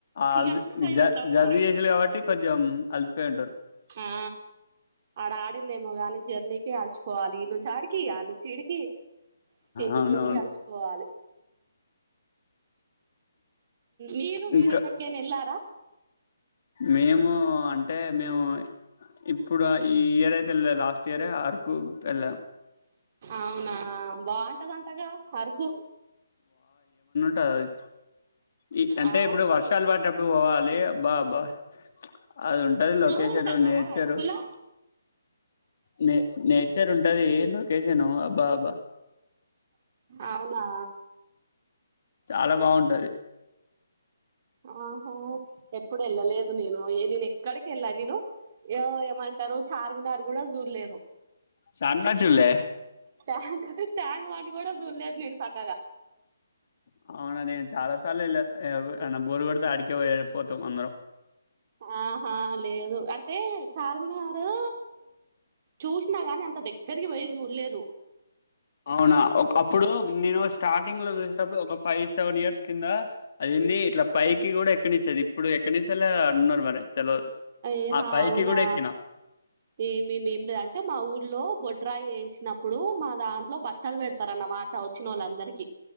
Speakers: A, on the left (about 55°); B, on the right (about 40°).
A: అల్‌ది
B: ఇగ అలసిపోయి
A: జ
B: ఉంటాంగా
A: జర్నీ చేసిళ్ళు కాబట్టి కొంచెం అలసిపోయింటారు
B: ఆ ఆడ ఆడిందేమో గాని జర్నీకి అలస్ పోవాలి ఈడి నుంచి ఆడికి ఆడి నుంచి ఈడికి తిరిగి
A: అవునవును
B: తిరిగి అలసిపోవాలి మీరు మీరేక్కడికైనా
A: ఇంకా
B: ఎల్లారా
A: మేము అంటే మేము ఇప్పుడు ఈ ఇయర్ అయి తే ఎళ్ళా లాస్ట్ ఇయరే అరకు ఎళ్ళా
B: అవునా బాగుంటదంటగా అరకు
A: టది ఈ అంటే
B: అవును
A: ఇప్పుడు వర్షాలు పడ్డప్పుడు పోవాలి అబ్బా అబ్బా అది ఉంటది
B: స్నో
A: లొకేషన్
B: ఉంటదా
A: నేచర్
B: అరకులో
A: నే నేచర్ ఉంటది లొకేషను అబ్బా అబ్బా
B: అవునా
A: చాలా బాగుంటది
B: ఆహా ఎప్పుడు ఎళ్ళలేదు నేను ఏ నేను ఎక్కడికి ఎళ్ళా నేను ఎ ఏమంటారు చార్మినార్ కూడా చూడ్లేదు
A: సర్మినార్ చూల్లే
B: ట్యాంక్ ట్యాంక్ బండ్ గూడ సూడ్లేదు నేను సక్కగా
A: అవునా నేను చాలా సార్లు ఎళ్ళా ఏమైనా బోరు కోడితే ఆడికే పోయే పోతాం అందరం
B: ఆహా లేదు అంటే చార్మినారూ చూసినా గానీ అంత దగ్గరికి పోయి చూడలేదు
A: అవునా ఒక అప్పుడు నేను స్టార్టింగ్ లో చూసేటప్పుడు ఒక ఫైవ్ సెవెన్ ఇయర్స్ కింద అదేంది ఇట్లా పైకి కూడా ఎక్కనిచ్చేది ఇప్పుడు ఎక్కనిస్తాలా అంటున్నారు మరి తెలవదు
B: ఇహా
A: ఆ పైకి
B: అవునా
A: కూడా ఎక్కిన
B: ఏమే ఏమి అంటే మా ఊర్లో బొడ్ రాయి ఏసినప్పుడు మా దాంట్లో బట్టలు పెడతారున్నమాట వచ్చినోళ్ళందరికీ